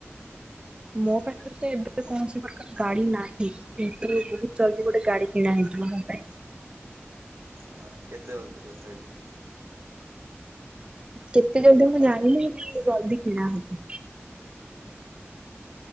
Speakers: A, on the right; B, on the right.
A: ମୋ ପାଖରେ ତ ଏବେ କୌଣସି ପ୍ରକାର ଗାଡି ନାହିଁ। କିନ୍ତୁ ବହୁତ ଜଲ୍ଦି ଗୋଟେ ଗାଡି କିଣା ହେଇଯିବ ମୋ ପାଇଁ।
B: ଅ କେତେ ଜଲଦି ତଥାପି?
A: କେତେ ଜଲଦି ମୁଁ ଜାଣିନି <unintelligible> ଜଲଦି କିଣାହବ।